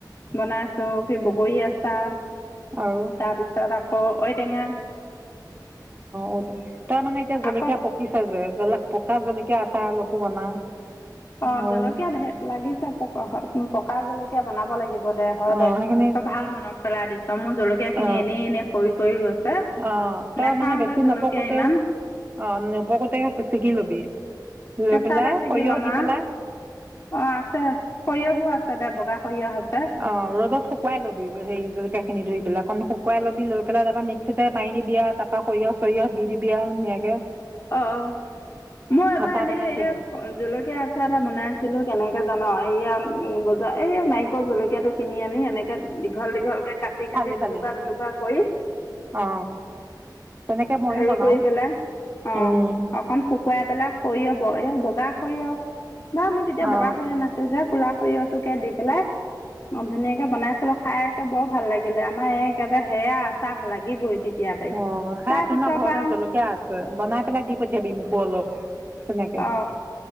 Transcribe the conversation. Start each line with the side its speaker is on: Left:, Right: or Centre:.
Left: বনাইছো কি বগৰী আচা
Right: আৰু
Left: তাৰপিছত আক ক ঐ টেঙা
Right: অ দে তই মানে এতিয়া জলকীয়া
Left: আকৌ
Right: পকিছে যে জলা কা জলকীয়া আচাৰ অলপো বনা
Left: অ
Right: আৰু
Left: জলকীয়া ঢেৰ লাগিছে পকা হ প পকা জলকীয়া বনাব লাগিব হব দে হয়
Right: অ
Left: দে
Right: সেইখিনি
Left: তই ভাল মনত পেলাই দিছ মোৰ জলকীয়া খিনি
Right: অ
Left: এনেই এনেই সৰি কৰি গৈছে
Right: অ তই
Left: নাখাও
Right: মানে বেছি
Left: যে জলকীয়া
Right: নপকোতে
Left: ইমান
Right: অ নপকোতে ছিগি ল'বি
Left: কেঁচাটে
Right: লৈ পেলাই
Left: ছিগি
Right: সৰিয়হ
Left: লম
Right: দি
Left: আও
Right: পেলাই
Left: অ আছে সৰিয়হো আছে দে বগা সৰিয়হ আছে
Right: অ ৰ'দত শুকুৱাই লবি সেই জলকীয়া খিনি ধুই পেলাই অকন শুকুৱাই ল'বি লৈ পেলাই তাৰপা মিক্সিতে মাৰি দিবি আও তাৰপৰা সৰিয়হ চৰিয়হ দি দিবি আও ধুনীয়াকে
Left: অ অ মই এবাৰ
Right: আচাৰ
Left: এনে
Right: বনাই
Left: এই
Right: থৈ দিবি
Left: জলকীয়া আচাৰ এটা বনাই আছিলো কেনেকে জান এইয়া উম বজাৰ এই মাৰিক জলকীয়াটো কিনি আনি এনেকে দীঘল দীঘলকে কাটি
Right: ফালি
Left: কাটি
Right: ফালি
Left: দুটুকা দুটুকা কৰি
Right: অ তেনেকে ময়ো
Left: হেৰি
Right: বনাও
Left: কৰি পেলাই অ
Right: উম
Left: অকন শুকুৱাই পেলাই সৰিয়হ এয়া বগা সৰিয়হ বা মোৰ তেতিয়া
Right: অ
Left: বগা সৰিয়হ নাছিল যে কোলা সৰিয়হটোকে দি পেলাই অ ধুনীয়াকে বনাইছিলো খাই বৰ ভাল লাগিলে আমাৰ এই একেবাৰে সেয়া আচাহ লাগিবই তেতিয়া তাইক
Right: অ হিয়াত
Left: তাৰ
Right: তোমাৰ
Left: পিছৰ
Right: ঘৰতে
Left: পৰা
Right: জলকীয়া আছে বনাই পেলাই দি পঠিয়াবি মোকো অলপ। তেনেকে
Left: অ